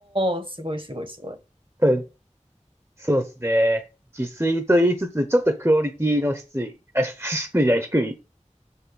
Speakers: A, on the right; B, on the right.
A: おー、すごいすごいすごい。
B: うんそうですね。自炊と言いつつ、ちょっとクオリティの質、あ、質じゃない低い。